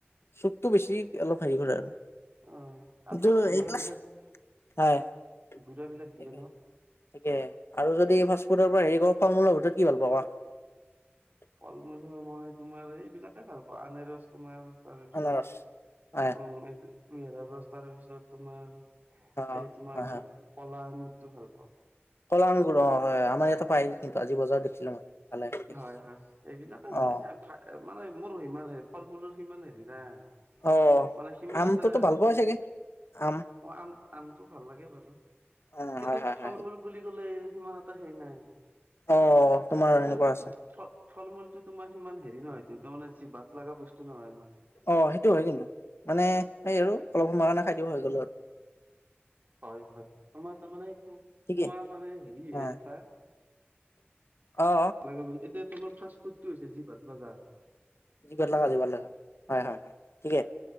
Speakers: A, on the left; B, on the right.
A: চুপটো বেছি অলপ হেৰি কৰে আৰু।
B: অ তাত
A: কিন্তু
B: মানে ঘুৰা
A: এইগিলাচ
B: বিলাক।
A: হয় ঠিকে
B: গুৰা বিলাক দিয়ে ন
A: আৰু যদি ভাচ' বোৰৰ পৰা হেৰি কৰা ফল মূলৰ ভিতৰত কি ভাল পাৱ ক
B: ফল মূল মই তোমাৰ এইবিলাকে ভাল পাওঁ আনাৰস তোমাৰ। তাৰপিছত
A: আনাৰস? হয়,
B: উম কুইহাৰাৰ ৰছ তাৰপিছত তোমাৰ।
A: অ',
B: এই তোমাৰ
A: হয়, হয়,
B: কলা আঙুৰটো ভাল পাওঁ।
A: কলা আংগুৰ অ হয় আমাৰ ইয়াতে পায় কিন্তু আজি বজাত দেছিলো মই। পালে দেখিছোঁ
B: হয় হয় এইবিলাকে মানে
A: অ'।
B: এ থা--মানে মোৰ সিমান হেৰি ফল মুলৰ সিমান হেৰি নাই
A: অ
B: মানে সিমানতে
A: আমটোতো ভাল পোৱা চাগে আম
B: অ আন কামটো ভাল লাগে বাৰু
A: অ
B: কিন্তু
A: হয় হয় হয়
B: ফল মূল বুলি ক'লে সিমান এটা হেৰি নাই।
A: অ তোমাৰ এনেকুৱা।
B: কিন্তু
A: আছে
B: ফ ফল মূলটো তোমাৰ সিমান হেৰি নহয় যিনটো মানে জিভাত লাগা বস্তু নহয় মানে।
A: অ সেইটো হয় কিন্তু মানে সেই আৰু অলপ সময়ৰ কাৰণে খাই দিওঁ হৈ গ'ল আৰু।
B: হয় হয় তোমাৰ তাৰমানে তো
A: ঠিকেই
B: খোৱা মানে হেৰি
A: অ
B: এটা।
A: অ
B: <unintelligible> এতিয়া তোমাৰ ফাষ্ট ফুডটো হৈছে জিভাত লগা।
A: জিবাৰ লগা জিবাৰ লগা হয় হয় হয় ঠিকে।